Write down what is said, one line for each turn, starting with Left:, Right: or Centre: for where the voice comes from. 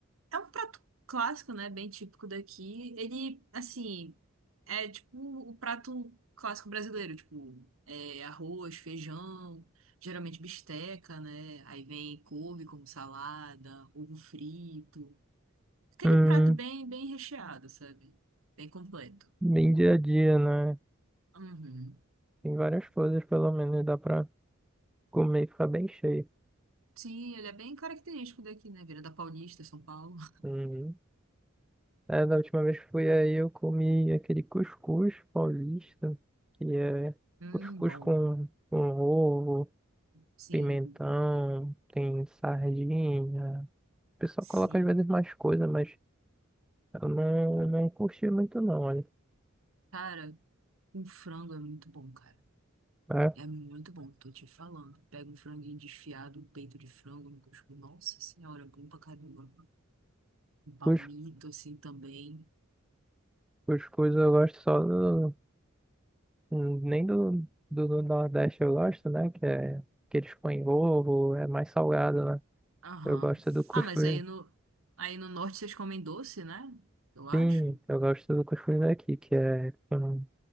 Right: É um prato clássico, né? Bem típico daqui. Ele, assim, é tipo o prato clássico brasileiro. Tipo, é arroz, feijão, geralmente bisteca, né? Aí vem couve como salada, ovo frito. Aquele
Centre: Hum,
Right: prato bem, bem recheado, sabe? Bem completo.
Centre: bem dia a dia, né?
Right: Uhum.
Centre: Tem várias coisas, pelo menos, dá pra comer e ficar bem cheio.
Right: Sim, ele é bem característico daqui, né? Vira da Paulista, São Paulo. <laughs>
Centre: Uhum. É, da última vez que fui aí, eu comi aquele cuscuz paulista, que é
Right: Hum,
Centre: cuscuz
Right: bom.
Centre: com, com ovo,
Right: Sim,
Centre: pimentão, tem sardinha. O pessoal
Right: sim.
Centre: coloca às vezes mais coisa, mas eu não, eu não curti muito não.
Right: Cara, um frango é muito bom, cara.
Centre: É,
Right: É muito bom, tô te falando. Pega um franguinho desfiado, um peito de frango, um cuscuz. Nossa senhora, é bom pra caramba. Um palmito,
Centre: cus-
Right: assim, também.
Centre: cuscuz eu gosto só do. hum, Nem do, do, do Nordeste eu gosto, né? Que é que eles põem ovo, é mais salgado, né?
Right: Aham.
Centre: Eu gosto do cuscuz.
Right: Ah, mas aí no, aí no norte vocês comem doce, né? Eu acho.
Centre: Sim, eu gosto do cuscuz daqui, que é com